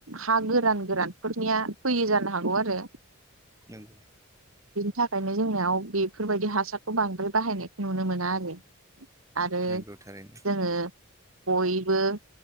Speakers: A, on the right; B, on the right.
A: हा गोरान गोरानफोरनिया फैयो जानो हागौ आरो।
B: नोंगौ।
A: बिनि थाखायनो जोंनाव बेफोरबायदि हासारखौ बांद्राय बाहायनायखौ नुनो मोना आरो। आरो
B: नंगौ थारैनो
A: जोङो बयबो